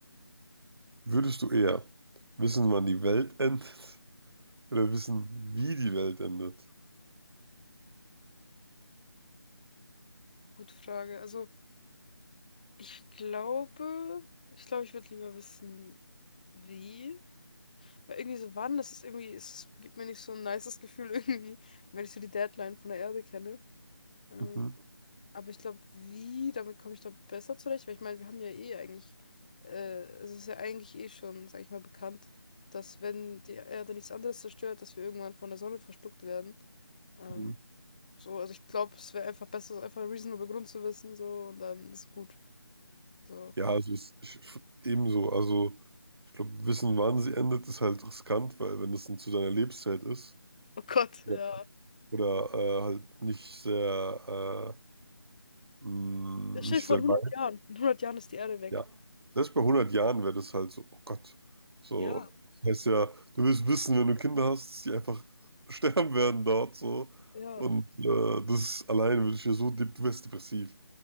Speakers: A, on the right; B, on the left.
A: Würdest du eher wissen, wann die Welt endet <laughs> oder wissen, wie die Welt endet?
B: gute Frage. Also ich glaube, ich glaube, ich würde lieber wissen, wie. Weil irgendwie so wann, das ist irgendwie, es gibt mir nicht so ein nices Gefühl <laughs> irgendwie, wenn ich so die Deadline von der Erde kenne. Ähm,
A: Mhm.
B: Aber ich glaube, wie, damit komme ich da besser zurecht, weil ich meine, wir haben ja eh eigentlich, äh, es ist ja eigentlich eh schon, sag ich mal, bekannt, dass wenn die Erde nichts anderes zerstört, dass wir irgendwann von der Sonne verschluckt werden. Ähm,
A: Mhm.
B: so, also ich glaube, es wäre einfach besser, so einfach einen reasonable Grund zu wissen, so, und dann ist gut. So.
A: Ja, also es, ich, ebenso. Also ich glaube, wissen, wann sie endet, ist halt riskant, weil wenn das dann zu deiner Lebenszeit ist
B: <laughs> Oh Gott,
A: oder,
B: ja.
A: oder äh, halt nicht sehr, äh, mh,
B: Das steht
A: nicht
B: vor
A: sehr
B: 100
A: weit.
B: Jahren. In 100 Jahren ist die Erde weg.
A: Ja, selbst bei hundert Jahren wäre das halt so, oh Gott, so,
B: Ja,
A: das heißt ja, du willst wissen, wenn du Kinder hast, dass die einfach <laughs> sterben werden dort, so,
B: ja.
A: und äh, das allein würde ich ja so, dep- du wärst depressiv,